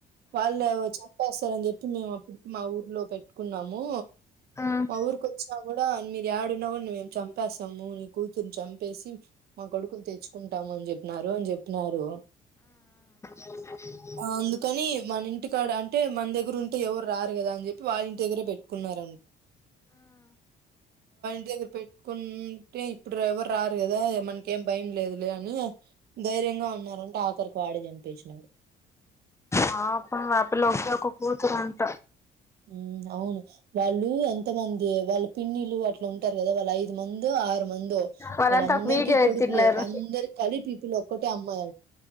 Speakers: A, on the right; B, on the left.
A: వాళ్ళు చెప్పేస్తారని చెప్పి మేము అప్పటికి మా ఊర్లో పెట్టుకున్నాము
B: ఆ
A: మా ఊరు కొచ్చావ్ కూడ మీరు ఏడున్న కూడ మేము చంపేస్తాము నీ కూతుర్ని చంపేసి మా కొడుకుని తెచ్చుకుంటాము అని చెప్పి న్నారు అని చెప్పినారు
B: <inaudible>
A: అందుకని మన ఇంటికాడ అంటే మన దగ్గర ఉంటే ఎవరు రారు కదా అని చెప్పి వాళ్ళ ఇంటి దగ్గర పెట్టుకున్నార <unintelligible> కొంటే ఇప్పుడు ఎవరు రారు కదా మనకేం భయం లేదులే అని ధైర్యంగా ఉన్నారంటే ఆఖరికి వాడి చంపేసినాడు
B: పాపం అ పిల్ల ఒకే ఒక కూతురు అంట
A: ఉ అవును వాళ్ళు ఎంతమంది వాళ్ళ పిన్నిలు అట్లా ఉంటారు కదా వాళ్ళు ఐదు మందో ఆ ఆరు మందో
B: వాళ్ళంతా
A: వాళ్ళ అందరికీ
B: ఒక వీడియో
A: కొడుకులే
B: ఎత్తిన్నారు
A: అందరి కలిపి ఒక్కటే అమ్మాయి